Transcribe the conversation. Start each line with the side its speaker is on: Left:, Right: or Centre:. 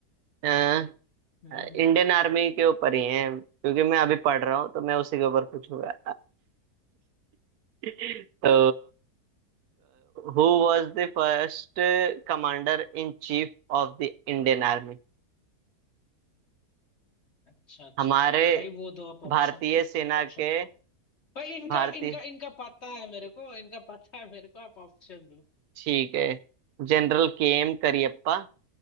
Right: ये
Left: हम्म हम्म
Right: इंडियन आर्मी के ऊपर ही है क्योंकि मैं अभी पढ़ रहा हूँ तो मैं उसी के ऊपर पूछूंगा <laughs> तो who was the first commander in chief of the Indian army
Left: अच्छा अच्छा
Right: हमारे
Left: ठीक है भाई वो दो आप ऑप्शन
Right: भारतीय
Left: दो
Right: सेना
Left: ऑप्शन
Right: के
Left: दो भाई इनका
Right: भारतीय
Left: इनका इनका पता है मेरे को इनका पता है मेरे को आप ऑप्शन दो
Right: ठीक है General K M Cariappa